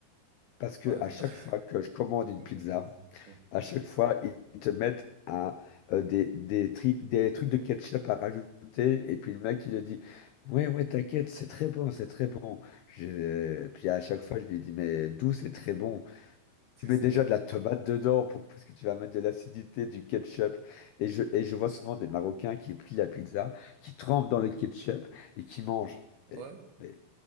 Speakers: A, on the left; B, on the right.
A: Parce que
B: pas...
A: à chaque fois que je commande
B: <laughs>
A: une pizza, À chaque fois, ils te mettent un, euh, des, des, tri- des trucs de ketchup à rajouter. Et puis le mec, il te dit, ouais, ouais, t'inquiète, c'est très bon, c'est très bon. Je- euh, Puis à chaque fois, je lui dis, mais d'où c'est très bon?
B: si
A: Tu mets
B: c'est
A: déjà
B: très
A: de la tomate dedans pour... parce que tu vas mettre de l'acidité, du ketchup. Et je, et je vois souvent des Marocains qui plient la pizza, qui trempent dans le ketchup et qui mangent. Et-
B: ouais,
A: et,